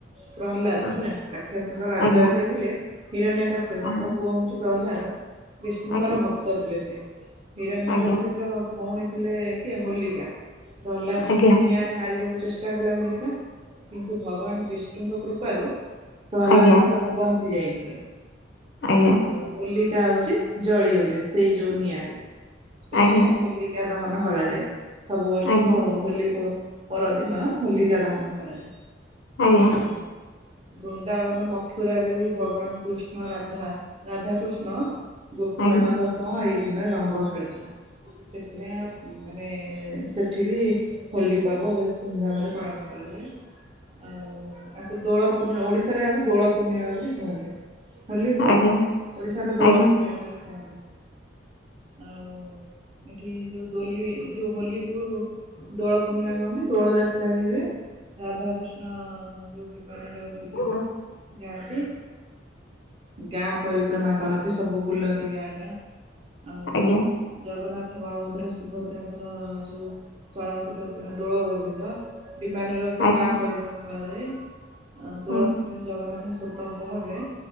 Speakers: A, on the right; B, on the left.
A: ପ୍ରହଲାଦ
B: ହୁଁ
A: ତ ହେଲା ରାକ୍ଷସଙ୍କ ରାଜା
B: ଆଜ୍ଞା
A: ଯିଏ ଥିଲେ ହିରଣ୍ୟକାଶ୍ୟ
B: ଆଜ୍ଞା
A: ତାଙ୍କ ପୁଅ ହଉଛି ପ୍ରହ୍ଲାଦ ବିଷ୍ଣୁଙ୍କର
B: ଆଜ୍ଞା
A: ଭକ୍ତ ଗୀତ ଥିଲେ ସିଏ ହିରଣ
B: ଆଜ୍ଞା
A: କାଶ୍ୟପ ର ଭଉଣୀ ଥିଲେ କିଏ ହୋଲିକ ହଲାଦୁଙ୍କୁ
B: ଆଜ୍ଞା
A: ନି ନିରେ ମାରିବାକୁ ଚେଷ୍ଟା କଲା ହୋଲିକା କିନ୍ତୁ ଭଗବାନ ବିଷ୍ଣୁଙ୍କ କୃପାରୁ ପ୍ରହଲାଦ
B: ଆଜ୍ଞା
A: ବଞ୍ଚି ଯାଇଥିଲେ
B: ଆଜ୍ଞା
A: ଆଉଲି ଯାହା ହଉଛି ଜଳିଗଲେ ସେଇ ଯୋଉ ନିଆଁରେ ସେଥିପାଇଁ
B: ଆଜ୍ଞା
A: ହୋଲିକା ଦହନ କରାଯାଏ ସବୁ ବର୍ଷ
B: ଆଜ୍ଞା
A: ହୋଲି ପରଦିନ ହୋଲିକା ଦହନ କରାଯାଏ। ଆଉ
B: ଆଜ୍ଞା।
A: ବୃନ୍ଦାବନ ମଥୁରାରେ ବି ଭଗବାନ କୃଷ୍ଣ ରାଧା ରାଧାକୃଷ୍ଣ ଗୋପୀ
B: ଆଜ୍ଞା
A: ମାନଙ୍କ
B: ଆଜ୍ଞା ଆଜ୍ଞା
A: ସହ ଏଇ ଦିନରେ ରଙ୍ଗ ଖେଳୁଥିଲା ସେଥିପାଇଁ ମାନେ ସେଠି ବି ହୋଲି ପର୍ବ ବେଶ ଧୁମଧାମ ରେ ପାଳନ କରାଯାଏ ଆଉ ଆକୁ ଦୋଳ ପୂର୍ଣ୍ଣିମା ଓଡିଶାରେ ଏହାକୁ ଦୋଳ ପୂର୍ଣ୍ଣିମା ବୋଲି କୁହନ୍ତି ହୋଲି କୁ
B: ଆଜ୍ଞା ଆଜ୍ଞା ଆଜ୍ଞା
A: ଓଡିଶାରେ ଦୋଳ
B: ଆଜ୍ଞା
A: ପୂର୍ଣ୍ଣିମା ବୋଲି କୁହନ୍ତି ଆଉ ଏଠି ଯୋଉ ଦଲି ଯୋଉ ହୋଲି କୁ ଦୋଳ ପୂର୍ଣ୍ଣିମା କହନ୍ତି ଦୋଳ ଯାତ୍ରା ବି ହୁଏ ରାଧାକୃଷ୍ଣ ଯୋଉ ବି ମରେ ବସିକି
B: ହୁଁ
A: ଯାଆନ୍ତି ଗାଁ ପରିକ୍ରମା କରନ୍ତି ସବୁ ବୁଲନ୍ତି ଗାଁ ଗାଁ। ଆଉ
B: ଆଜ୍ଞା।
A: ଜଗନ୍ନାଥ, ବଳଭଦ୍ର, ସୁଭଦ୍ରାଙ୍କ ର ଯୋଉ ଚଳନ୍ତି ପ୍ରତିମା ଦୋଳ ଗୋବିନ୍ଦ ବିମାନରେ ବସି
B: ଆଜ୍ଞା
A: ଗାଁ ପରି ନା କରାଯାଏ ଦୋଳ
B: ହୁଁ
A: ପୂର୍ଣ୍ଣିମାରେ ଜଗନ୍ନାଥ ହ ସ୍ଵତନ୍ତ୍ର ହାବେ